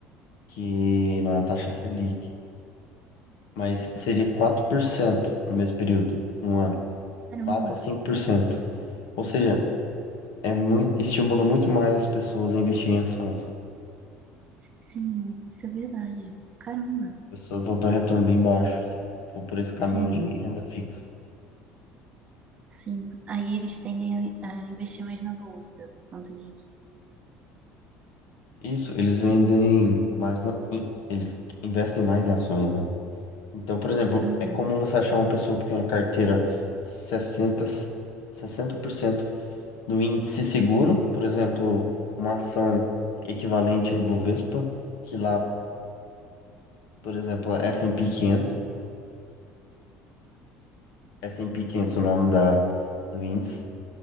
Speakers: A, on the left; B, on the right.
A: Que não é a taxa Selic, mas seria 4% no mesmo período, um ano.
B: Caramba,
A: quatro a cinco por cento Ou seja, é muito, estimula muito mais as pessoas a investirem em ações.
B: sim, isso é verdade. Caramba,
A: As pessoas vão ter um retorno bem baixo se for por esse caminho
B: sim,
A: de renda fixa.
B: sim. Aí eles tendem a, a investir mais na bolsa por conta disso.
A: Isso, eles vendem mais, na- em- eles investem mais em ações, né? Então, por exemplo,
B: Uhum,
A: é comum você achar uma pessoa que tem a carteira sessenta sessenta por cento no índice seguro, por exemplo, uma ação equivalente ao Ibovespa, que lá, por exemplo, é S&P 500, S&P 500 é o nome da, do índice,